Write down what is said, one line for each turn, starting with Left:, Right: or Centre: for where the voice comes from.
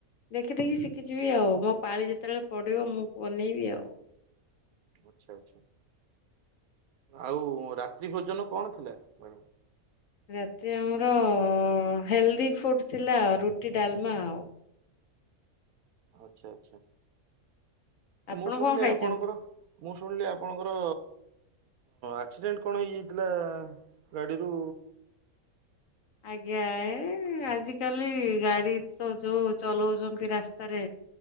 Left: ଦେଖି ଦେଖି ଶିକିଯିବି ଆଉ ମୋ ପାଳି ଯେତେବେଳେ ପଢିବ ମୁଁ ବନେଇବି ଆଉ।
Right: ଆଚ୍ଛା ଆଚ୍ଛା ଆଉ ରାତ୍ରି ଭୋଜନ କଣ ଥିଲା ମାଡାମ?
Left: ରାତି ଆମର ହେଲ୍ ଦି ଫୁଟ୍ ଥିଲା ଆଉ ରୁଟି ଡାଲମା ଆଉ।
Right: ଆଚ୍ଛା ଆଚ୍ଛା
Left: ଆପଣ
Right: ମୁଁ ଶୁଣିଲି
Left: କଣ ଖାଇଛନ୍ତି
Right: ଆପଣଙ୍କର ମୁଁ ଶୁଣିଲି ଆପଣଙ୍କର ଆକ୍ସିଡେଣ୍ଟ କଣ ହେଇଯାଇ ଥିଲା ଗାଡିରୁ?
Left: ଆଜ୍ଞା ଏ ଆଜିକାଲି ଗାଡିତ ଯୋଉ ଚଲଉଛନ୍ତି ରାସ୍ତାରେ।